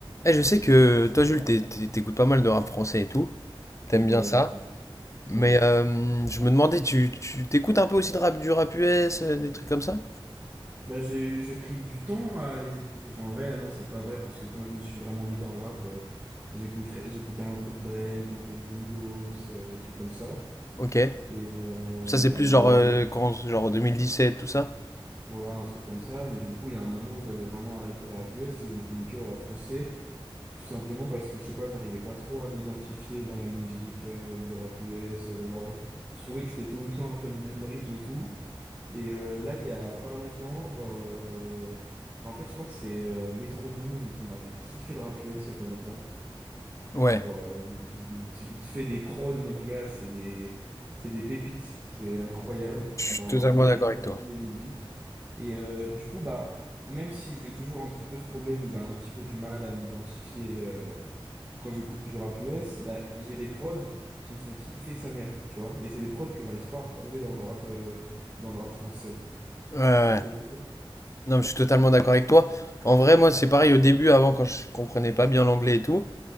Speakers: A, on the left (about 35°); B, on the right (about 20°).
A: Eh, je sais que toi, Jules, t'é- t'é- t'écoutes pas mal de rap français et tout. T'aimes
B: Ouais,
A: bien ça.
B: je kiffe.
A: Mais
B: Ouais.
A: euh, je me demandais, tu tu- t'écoutes un peu aussi de rap, du rap US, euh, des trucs comme ça?
B: Bah, j'ai, j'ai pris du temps à les écouter. Enfin, en vrai, non, c'est pas vrai, parce que quand je me suis vraiment mis dans le rap, euh, j'écouterais- j'écoutais un peu de Drake, un peu de Migos, euh, des trucs comme ça.
A: Ok.
B: Et euh,
A: Ça, c'est plus genre,
B: mais,
A: euh, quand, genre 2017, tout ça?
B: ouais, un truc comme ça. Mais du coup, il y a un moment où j'avais vraiment arrêté le rap US et je m'étais mis que au rap français, tout simplement parce que, je sais pas, j'arrivais pas trop à m'identifier dans la musique euh, du rap US. euh, genre, je trouvais que c'était tout le temps un peu le même rythme et tout. Et euh, là, il y a pas longtemps, genre, euh, bah, en fait, je crois que c'est euh, Metro Boomin qui m'a fait kiffer le rap US il y a pas longtemps.
A: Ouais.
B: Genre, euh, il, fais- il te il te fait des prods, mon gars, c'est des, c'est des pépites, c'est incroyable.
A: Je
B: Ça
A: suis totalement
B: embellit
A: d'accord avec
B: vraiment
A: toi.
B: les musiques. Et euh, du coup, bah, même si j'ai toujours un petit peu ce problème où j'ai un petit peu du mal à m'identifier euh, quand j'écoute du rap US, bah, j'ai des prods qui me font kiffer sa mère, tu vois. Et c'est des prods que j'arrive pas à retrouver dans le rap, euh, dans le rap français.
A: Ouais, ouais.
B: Tu vois ce que je veux dire?
A: Non, mais je suis totalement d'accord avec toi. En vrai, moi, c'est pareil au début, avant, quand je comprenais pas bien l'anglais et tout.